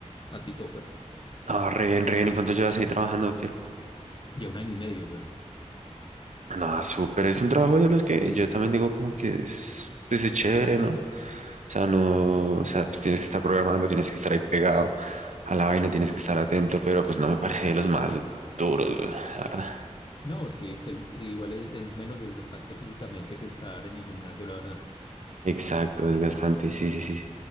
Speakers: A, on the left; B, on the right.
A: así toca.
B: No, re bien, re bien. ¿Y cuánto llevas ahí trabajando?
A: Ya un año y medio, weón.
B: no súper. Es un trabajo de los que yo también digo como que es, pues, es chévere, ¿no? O sea, no, o sea, pues tienes que estar programando, tienes que estar ahí pegado a la vaina, tienes que estar atento, pero pues no me parece de los más duros, güey, la verdad.
A: No, sí, es, igual es, es menos desgastante físicamente que estar en el gimnasio, la verdad.
B: Exacto, desgastante, sí, sí, sí. sí.